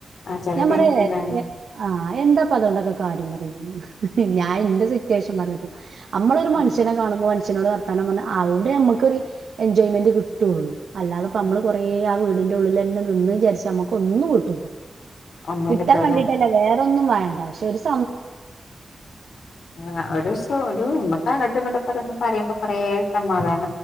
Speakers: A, on the left; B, on the right.
A: ആഹ് ചില
B: ഞാൻ
A: ദിവസം
B: പറായേ
A: തന്നെ
B: ഞ് ആാ എന്താപ്പം അതേണ്ടൊക്കെ കാര്യം പറഞ്ഞു ഞാൻ എന്റെ സിറ്റുവേഷൻ പറയത്തോ നമ്മളൊര്
A: ഉം
B: മനുഷനേ കാണുമ്പോ മനുഷ്യനോട് വർത്തനം പറഞ്ഞ് അവടെ നമുക്കൊര് എൻജോയ്മെന്റ് കിട്ടയോള്ളു അല്ലാതെ ഇപ്പം നമ്മള്
A: ഉം
B: കൊറേ ആ വീടിന്റെ ഒള്ളില് ന്നെ നിന്ന് വിചാരിച്ച നമ്മക്ക് ഒന്നും കിട്ടൂല്ല
A: ഒന്നും
B: കിട്ടാൻ
A: കിട്ടൂല
B: വേണ്ടിട്ടല്ലേ വേറെന്നും വേണ്ട പശെ ഒര് സ്
A: ആാ ഒര് സ ഒരു അങ്ങ്ട്ടു ഇങ് ട്ടും ഓരേന്ന് പറയ്മ്പോ കൊറേ സമാധാന